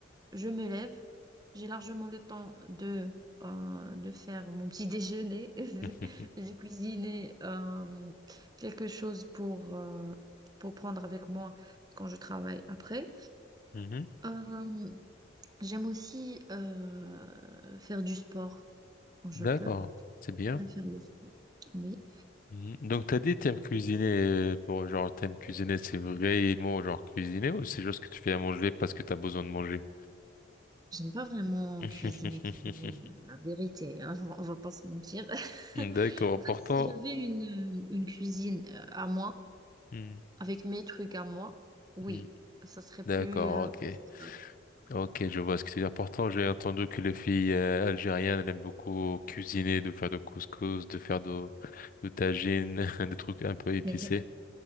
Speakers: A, on the right (about 20°); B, on the left (about 45°).
A: je me lève. J'ai largement le temps de, euh, de faire mon petit déjeuner, <laughs> de
B: <laughs>
A: cuisiner euh, quelque chose pour, euh, pour prendre avec moi quand je travaille après.
B: mhm, mhm.
A: Euh, j'aime aussi euh, faire du sport quand je
B: D'accord,
A: peux.
B: c'est bien.
A: Bien faire le sport. Oui.
B: Mhm. Donc, t'as dit t'aimes cuisiner euh, pour genre t'aimes cuisiner, c'est vraiment genre cuisiner ou c'est juste que tu fais à manger parce que t'as besoin de manger?
A: J'aime pas vraiment
B: <laughs>
A: cuisiner, cuisiner, la vérité, hein, on va on va pas se mentir. <laughs>
B: D'accord.
A: En
B: Pourtant,
A: fait, si j'avais une, une cuisine euh, à moi,
B: Hmm,
A: avec mes trucs à moi, oui,
B: hmm.
A: ça serait
B: D'accord,
A: plus euh,
B: ok,
A: confortable. <laughs>
B: ok, je vois ce que tu veux dire. Pourtant, j'ai entendu que les filles euh, algériennes elles aiment beaucoup cuisiner, de faire de couscous, de faire de, de tagine, <laughs> des trucs un peu épicés.
A: Mais